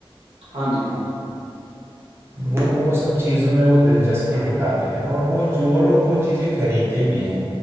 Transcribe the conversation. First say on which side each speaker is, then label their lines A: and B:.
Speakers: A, on the right (about 85°); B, on the right (about 25°).
A: ہاں جی ہاں جی
B: وہ وہ سب چیزوں میں وہ دلچسپی دکھاتے ہیں اور وہ وہ لوگ وہ چیزیں خریدتے بھی ہیں